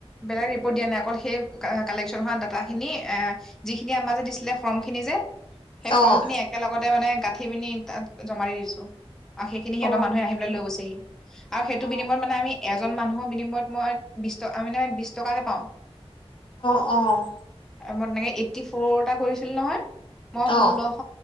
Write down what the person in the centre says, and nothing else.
বেলেগ ৰিপৰ্ট দিয়া নাই অকল সেই কালেকশ্যন হোৱা ডাটাখিনি এ যিখিনি আমাৰ যে দিছিলে ফৰ্ম খিনি যে সেই ফৰ্ম
খিনি একেলগতে মানে গাঠি গাঠি পিনি তাত জমা দি দিছো। সেইখিনি সিহঁতৰ
মানুহে আহি পেলাই লৈ গছে। <unintelligible> আৰু সেইটো
বিনিময়ত মানে আমি এ এজন মানুহৰ বিনিময়ত মই বিশ টকা অ মানে বিশ টকাকে পাওঁ।
মই তেনেকে মানে এইট্টি ফ'ৰটা কৰিছিলো নহয় মই ষোল্লশ